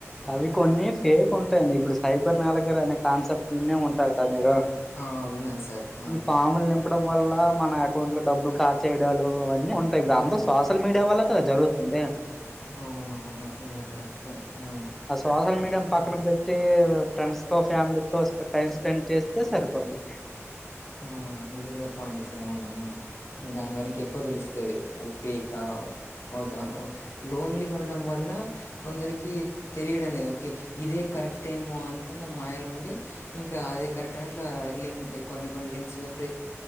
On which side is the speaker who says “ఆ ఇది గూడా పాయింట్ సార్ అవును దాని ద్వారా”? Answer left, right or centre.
Left